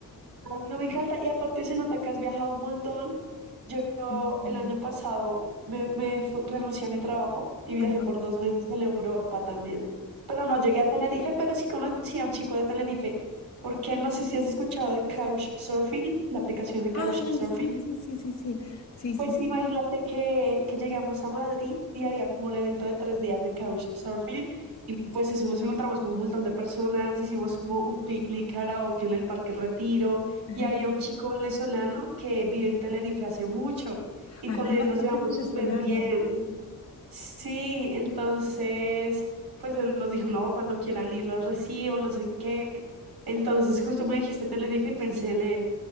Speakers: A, on the right; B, on the left.
A: Ay, No me encanta. Y aparte se nota que has viajado un montón. Yo yo
B: Sí.
A: el año pasado me, me fui- renuncié a mi trabajo y viajé
B: Ajá.
A: por dos meses en Europa también. Pero no llegué a Tenerife, pero sí conocí a un chico de Tenerife, porque no sé si has escuchado de Couchsurfing, la aplicación de Couchsurfing.
B: Ay, sí, sí, sí, sí, sí, sí, sí, sí.
A: Pues imagínate que, que llegamos a Madrid y había como un evento de tres días de couchsurfing y pues eso nos encontramos con un montón de personas, hicimos como un picnic karaoke en el Parque Retiro
B: Ajá.
A: y había un chico venezolano que vive en Tenerife hace mucho y
B: Ajá,
A: con
B: hay
A: él
B: bastantes
A: nos llevamos
B: venezolanos.
A: súper bien. Sí, entonces, pues él nos dijo, no, cuando quieran ir las recibo, no sé qué. Entonces, justo me dijiste Tenerife y pensé en él.